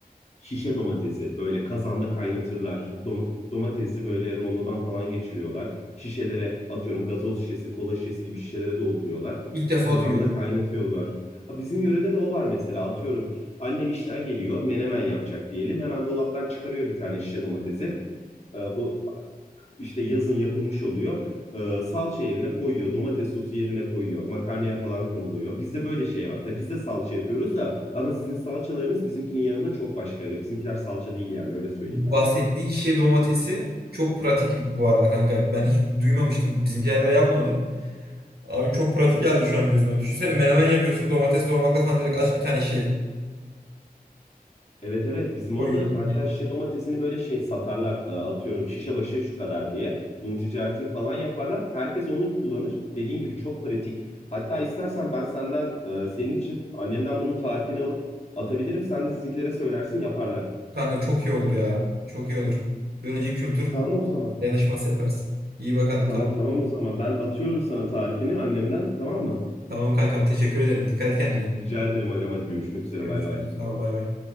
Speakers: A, on the left; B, on the right.
A: Şişe domatesi böyle kazanda kaynatırlar. Dom- domatesi böyle rondodan falan geçiriyorlar. Şişelere atıyorum gazoz şişesi, kola şişesi gibi şişelere dolduruyorlar.
B: İlk defa
A: Kazanda
B: duyuyorum.
A: kaynatıyorlar. Ha, Bizim yörede de o var mesela atıyorum annem işten geliyor menemen yapacak diyelim. Hemen dolaptan çıkarıyor bir tane şişe domatesi. Ee, o işte yazın yapılmış oluyor. Ee, salça yerine koyuyor, domates sosu yerine koyuyor, makarnaya falan konuluyor. Bizde böyle şey var. Tabii biz de salça yapıyoruz da ama sizin salçalarınız bizimkinin yanında çok başka. Bizimkiler salça değil yani öyle söyleyeyim
B: Bahsettiğin
A: ben sana.
B: şişe domatesi çok pratik bu arada kanka. Ben hiç duymamıştım. Bizimkiler de yapmadı. Abi çok pratik geldi şu an gözüme. Düşünsene menemen yapıyorsun. Domates doğramakla falan direkt aç bir tane şeyi
A: Evet evet bizim
B: koyuyorsun
A: orada hatta
B: yanına.
A: şişe domatesini böyle şey satarlar e, atıyorum şişe başı şu kadar diye. Bunun ticaretini falan yaparlar. Herkes onu kullanır. Dediğin gibi çok pratik. Hatta istersen ben senden e, senin için annemden bunun tarifini alıp atabilirim. Sen de sizinkilere söylersin yaparlar.
B: Kanka çok iyi olur ya. Çok iyi olur. Böylece kültür
A: Tamam o zaman.
B: dayanışması yaparız. İyi bakalım
A: Tamam
B: tamam.
A: tamam o zaman ben atıyorum sana tarifini annemden tamam mı?
B: Tamam kankam teşekkür ederim. Dikkat et kendine.
A: Rica ederim agam hadi görüşmek üzere
B: Görüşürüz.
A: bay bay.
B: Sağ ol bay bay.